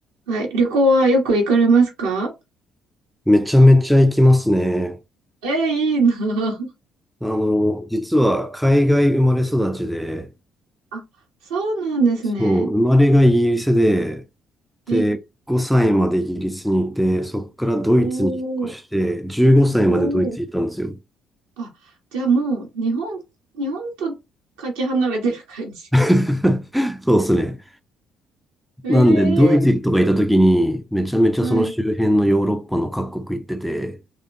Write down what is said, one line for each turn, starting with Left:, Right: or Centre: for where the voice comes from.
Right: はい。旅行はよく行かれますか
Centre: めちゃめちゃ行きますね。
Right: えー、いいなぁ。<laughs>
Centre: あの、実は海外生まれ育ちで、
Right: あ、そうなんですね。
Centre: そう、生まれがイギリスで、で、
Right: え、
Centre: 5歳までイギリスにいて、そこからドイツに引っ越して、
Right: おー、
Centre: 15歳までドイツにいたんですよ。
Right: おー。あ、じゃあもう、日本、日本とかけ離れてる感じ。
Centre: <laughs> そうですね。
Right: <laughs>
Centre: なんで、ドイツとかいた時に、
Right: ええ
Centre: めちゃめちゃその周辺のヨーロッパの各国行ってて、
Right: ーはい、